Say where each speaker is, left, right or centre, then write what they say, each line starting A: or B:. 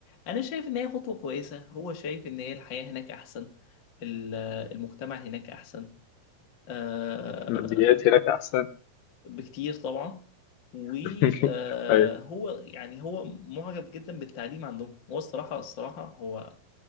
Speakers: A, on the left; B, on the left.
A: أنا شايف إن هي خطوة كويسة هو شايف إن هي الحياة هناك أحسن ال- المجتمع هناك أحسن آه،
B: الماديات هناك احسن
A: بكتير طبعا وهو
B: <laughs> ايوه
A: يعني هو معجب جدا بالتعليم عندهم هو الصراحة الصراحة هو